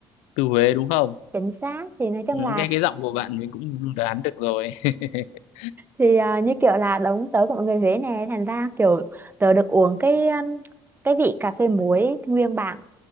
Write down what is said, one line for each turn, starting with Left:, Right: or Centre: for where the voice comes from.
Left: từ Huế đúng không
Right: chính xác thì nói chung
Left: Ừ,
Right: là
Left: nghe cái giọng của bạn mình cũng đoán được rồi <laughs>
Right: thì à, như kiểu là đống tớ của mọi người Huế nè thành ra kiểu tớ được uống cái um, cái vị cà phê muối nguyên bản